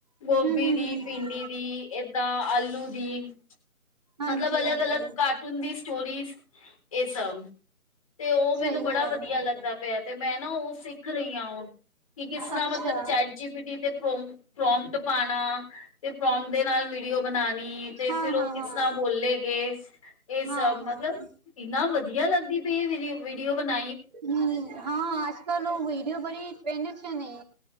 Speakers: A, on the left; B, on the right.
A: ਗੋਭੀ
B: ਹੂੰ
A: ਦੀ,
B: ਹੂੰ
A: ਭਿੰਡੀ
B: ਹੂੰ
A: ਦੀ, ਏਦਾਂ ਆਲੂ ਦੀ,
B: ਹਾਂਜੀ
A: ਮਤਲਬ ਅਲਗ-
B: ਹਾਂਜੀ
A: ਅਲੱਗ ਕਾਰਟੂਨ ਦੀ ਸਟੋਰੀਜ਼ ਇਹ ਸਬ। ਤੇ ਉਹ ਮੈਨੂੰ
B: ਸਹੀ
A: ਬੜਾ
B: ਗੱਲ
A: ਵਧੀਆ
B: ਹੈ
A: ਲੱਗਦਾ ਪਿਆ, ਤੇ ਮੈਂ ਨਾ ਉਹ ਸਿੱਖ ਰਹੀ ਹਾਂ ਹੁਣ। ਕਿ ਕਿਸ ਤਰਾਂ
B: ਅੱਛਾ
A: ਮਤਲਬ ਚੈਟ ਜੀ ਪੀਟੀ। ਤੇ ਪ੍ਰੋਮਟ ਪਾਉਣਾ ਤੇ ਪੋ੍ਮਟ ਦੇ ਨਾਲ ਵੀਡੀਓ ਬਣਾਣੀ, ਤੇ
B: ਹਾਂ
A: ਫੇਰ ਉਹ
B: ਹਾਂ
A: ਕਿਸ
B: ਹਾਂ
A: ਤਰਾਂ ਬੋਲੇ ਗਏ ਇਹ ਸਭ
B: ਹਾਂ ਹਾਂ
A: ਮਤਲਬ ਇੰਨਾ ਵਧੀਆ ਲੱਗਦੀ ਪਈ ਇਹ ਵੀਡੀਓ। ਵੀਡੀਓ ਬਣਾ-
B: ਹੂੰ ਹਾਂ ਅੱਜ ਕੱਲ ਉਹ ਵਡੀਓ ਬੜੀ ਟ੍ਰੇਡ ਚੱ ਨੇ।